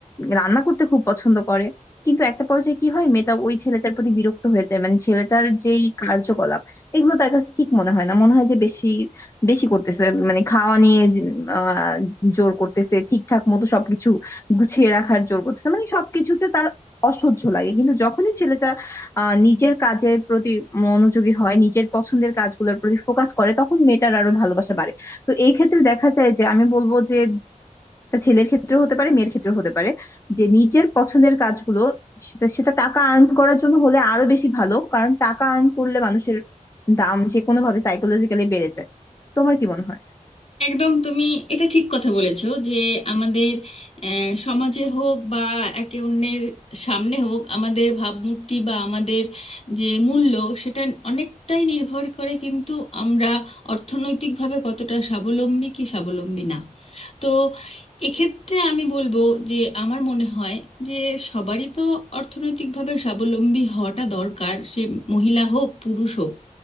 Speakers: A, on the left (about 20°); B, on the left (about 50°).
A: রান্না করতে খুব পছন্দ করে কিন্তু একটা পর্যায়ে কি হয় মেয়েটা ওই ছেলেটার প্রতি বিরক্ত হয়ে যায় মানে ছেলেটার যেই কার্যকলাপ এগুলো তার কাছে ঠিক মনে হয় না মনে হয় যে বেশি বেশি করতেছে মানে খাওয়া নিয়ে আহ জোর করতেছে ঠিকঠাক মতো সবকিছু গুছিয়ে রাখার জোর করতেছে মানে সবকিছুতে তার অসহ্য লাগে কিন্তু যখনই ছেলেটা আহ, নিজের কাজের প্রতি মনোযোগী হয় নিজের পছন্দের কাজগুলোর প্রতি ফোকাস করে তখন মেয়েটার আরো ভালোবাসা বাড়ে তো এই ক্ষেত্রে দেখা যায় যে আমি বলবো যে তা ছেলের ক্ষেত্রেও হতে পারে মেয়ের ক্ষেত্রেও হতে পারে যে নিজের পছন্দের কাজগুলো সেটা সেটা টাকা আর্ন করার জন্য হলে আরো বেশি ভালো কারণ টাকা আর্ন করলে মানুষের দাম যে কোনো ভাবে সাইকোলজিক্যালি বেড়ে যায় তোমার কি মনে হয়
B: একদম তুমি এটা ঠিক কথা বলেছো যে আমাদের আহ, সমাজে হোক বা একে অন্যের সামনে হোক আমাদের ভাবমূর্তি বা আমাদের যে মূল্য সেটা অনেকটাই নির্ভর করে কিন্তু আমরা অর্থনৈতিকভাবে কতটা স্বাবলম্বী কি স্বাবলম্বী না তো এক্ষেত্রে আমি বলবো যে আমার মনে হয় যে সবারই তো অর্থনৈতিকভাবে স্বাবলম্বী হওয়াটা দরকার সে মহিলা হোক পুরুষ হোক